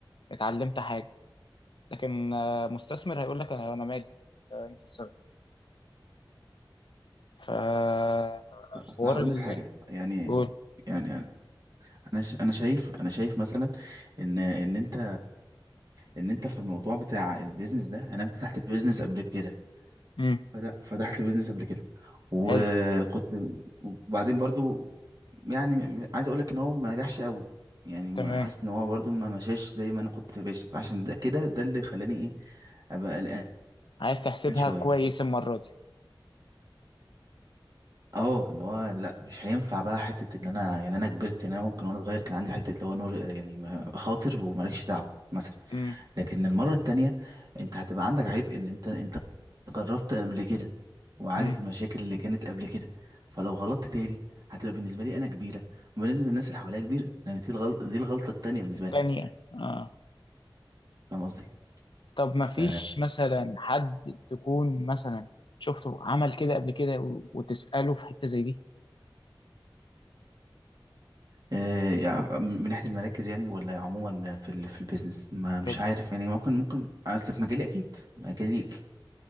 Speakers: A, on the left; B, on the right.
A: اتعلمت حاجة لكن آه، مستثمر هيقول لك انا أنا مالي انت أنت السبب فحوار
B: اصل هقول
A: ال
B: لك حاجة يعني
A: قول
B: يعني انا ش... انا شايف انا شايف مثلا ان ان انت ان انت في الموضوع بتاع البيزنس ده انا فتحت بيزنس قبل كده
A: مم،
B: فت- فتحت بيزنس قبل كده وكنت
A: حلو
B: وبعدين برضو يعني عايز اقول لك ان هو ما نجحش قوي يعني ما
A: تمام
B: حاسس ان هو برضو ما مشاش زي ما انا كنت باش عشان ده كده ده اللي خلاني ايه ابقى قلقان
A: عايز تحسبها
B: شويه
A: كويس المرة دي
B: اه اللي هو لا مش هينفع بقى حته ان انا يعني انا كبرت يعني انا ممكن وانا صغير كان عندي حته اللي هو نور يعني ما- خاطر ومالكش دعوه مثلا
A: امم
B: لكن المرة التانية انت هتبقى عندك عيب ان انت انت جربت قبل كده وعارف
A: امم
B: المشاكل اللي كانت قبل كده فلو غلطت تاني هتبقى بالنسبة لي انا كبيرة وبالنسبة للناس اللي حواليا كبيرة لان دي الغلطة دي الغلطة التانية بالنسبة
A: التانية
B: لك
A: اه
B: فاهم قصدي؟
A: طب ما
B: ف
A: فيش مثلا حد تكون مثلا شفته عمل كده قبل كده و- وتسأله في حتة زي دي
B: آه، يعني من ناحية المراكز يعني ولا عموما في ال... في البيزنس ما مش
A: كده
B: عارف يعني ممكن ممكن اصل في مجالي اكيد مجالي